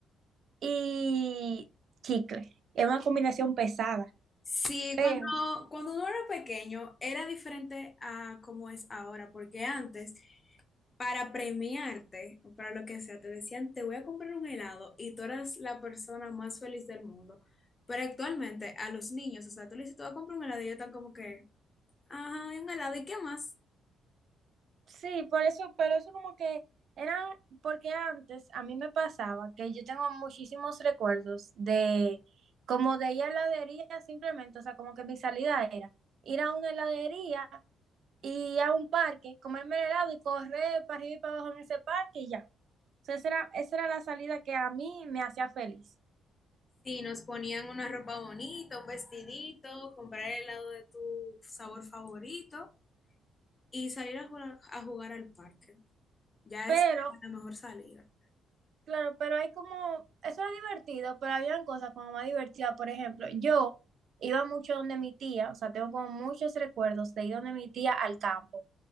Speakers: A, on the right (about 60°); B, on the left (about 30°).
A: y chicle. Era una combinación pesada,
B: Sí,
A: pero
B: cuando, cuando uno era pequeño era diferente a como es ahora, porque antes, para premiarte o para lo que sea, te decían, te voy a comprar un helado y tú eras la persona más feliz del mundo. Pero actualmente a los niños, o sea, tú le dices, te voy a comprar un helado y ellos están como que, ajá, y un helado, ¿y qué más?
A: Sí, por eso, pero eso como que eran, porque antes a mí me pasaba que yo tengo muchísimos recuerdos de como de ir a heladería simplemente, o sea, como que mi salida era ir a una heladería y a un parque, comerme el helado y correr para arriba y para abajo en ese parque y ya. O sea, esa era, esa era la salida que a mí me hacía feliz.
B: Sí, nos ponían una ropa bonita, un vestidito, comprar el helado de tu sabor favorito y salir a jugar, a jugar al parque. Ya
A: Pero
B: es la mejor salida.
A: Claro, pero hay como, eso era divertido, pero habían cosas como más divertidas. Por ejemplo, yo iba mucho donde mi tía, o sea, tengo como muchos recuerdos de ir donde mi tía al campo.